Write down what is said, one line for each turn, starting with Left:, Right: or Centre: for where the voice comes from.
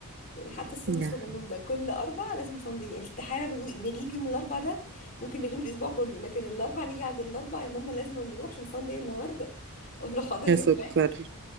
Left: يعني حتى السن الصغنون
Right: يعني
Left: ده كل اربع لازم فان داي يعني استحاله نغو- نغيب يوم الاربع ده ممكن نغيب الاسبوع كله لكن الاربع نيجي عند الاربع يا ماما لازم نروح عشان الفان داي النهارده اقول له حاضر
Right: يا
Left: يا
Right: سكر
Left: بلاد